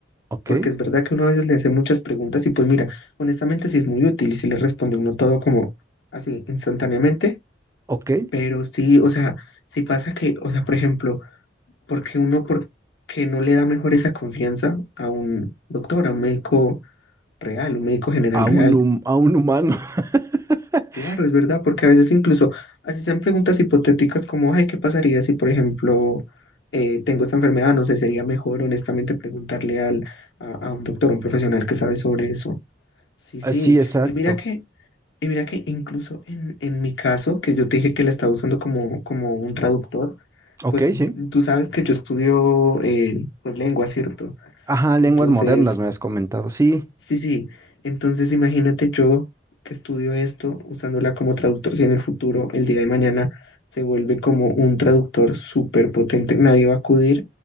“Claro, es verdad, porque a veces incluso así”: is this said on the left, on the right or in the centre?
Left